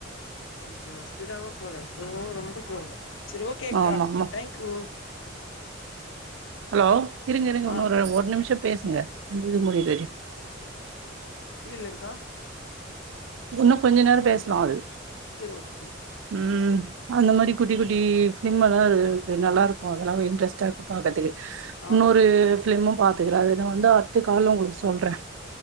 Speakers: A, on the left; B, on the right.
A: கொஞ்சம் ஸ்பீடாவ போலே ரொம்ப ஸ்லேவ சேரி ஓகே க
B: ஆமா ஆமா
A: டேங்க்யூ
B: ஹலோ இருங்க இருங்க
A: ஆ
B: இன்னும் ஒரு நிமிஷம் பேசுங்க அந்த இது முடியர வரையும்
A: புரியலங்க்கா
B: இன்னும் கொஞ்ச நேரம் பேசலாம் அது
A: சேரி ஓகே
B: உம் அந்த மாரி குட்டி குட்டி சிம்மெல்லாம் இருக்கு நல்லருக்கும் அதெல்லாம் இன்ட்ரெஸ்ட்டா இருக்கு பார்க்கறதுக்கு
A: ஆ
B: இன்னொரு ஃபிலிமும் பாத்துக்கிறேன் அதுன் வந்து அடுத்து கால்ல உங்களுக்கு சொல்றேன்